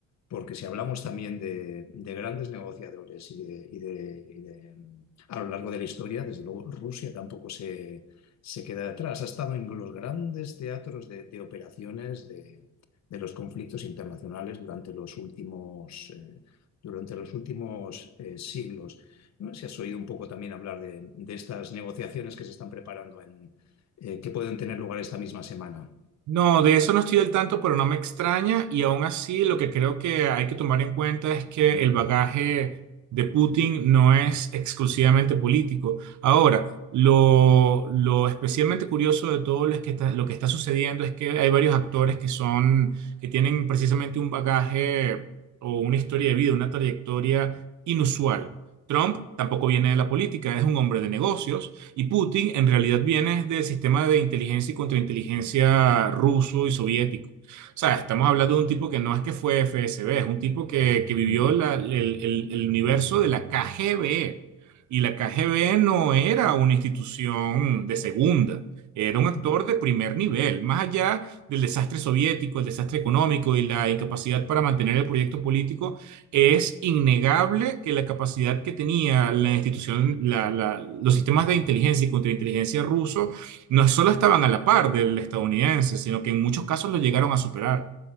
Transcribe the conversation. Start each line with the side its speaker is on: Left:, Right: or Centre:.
Left: Porque si hablamos también de, de grandes negociadores y de, y de- y de, mm, a lo largo de la historia, desde luego Rusia tampoco se, se queda atrás. Ha estado en los grandes teatros de, de operaciones de, de los conflictos internacionales durante los últimos, eh, durante los últimos eh, siglos. No sé si has oído un poco también hablar de, de estas negociaciones que se están preparando en, eh, que pueden tener lugar esta misma semana.
Right: No, de eso no estoy del tanto, pero no me extraña. Y aún así, lo que creo que hay que tomar en cuenta es que el bagaje de Putin no es exclusivamente político. Ahora, lo, lo especialmente curioso de todo lo que está, lo que está sucediendo es que hay varios actores que son, que tienen precisamente un bagaje o una historia de vida, una trayectoria inusual. Trump tampoco viene de la política, es un hombre de negocios. Y Putin en realidad viene del sistema de inteligencia y contrainteligencia ruso y soviético. O sea, estamos hablando de un tipo que no es que fue FSB, es un tipo que, que vivió
Left: Mm.
Right: la- el, el- el universo de la KGB. Y la KGB no era una institución de segunda, era
Left: <laughs>
Right: un actor de primer nivel, más allá del desastre soviético, el desastre económico y la incapacidad para mantener el proyecto político. Es innegable que la capacidad que tenía la institución, la- la- los sistemas de inteligencia y contrainteligencia ruso, no solo estaban a la par del estadounidense, sino que en muchos casos lo llegaron a superar.